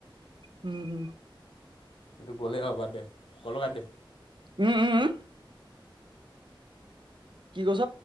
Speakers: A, on the right (about 60°); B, on the left (about 80°).
A: হোম হুম
B: সেইটো গ'লেই আও বাদ ক'ল টো কাটিদে
A: উম উম। উম কি কৈছ?